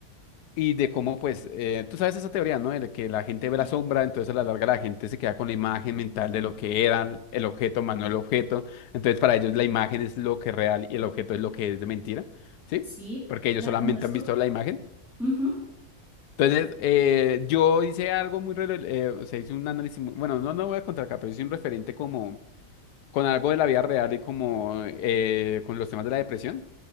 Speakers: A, on the left (about 80°); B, in the centre.
A: y de cómo pues, eh, tú sabes esa teoría, ¿no? De que la gente ve
B: sí.
A: la sombra, entonces a la larga la gente se queda con la imagen mental de lo que era el objeto, más no el objeto. Entonces para ellos la imagen es lo que es real y el objeto es lo que es de mentira, ¿sí?
B: Sí,
A: Porque ellos
B: la
A: solamente
B: conozco.
A: han visto la imagen.
B: Ujú.
A: Entonces eh, yo hice algo muy, rele- eh, o sea, hice un análisis, muy- bueno, no, no voy a contar acá, pero hice un referente como con algo de la vida real y como eh, con los temas de la depresión.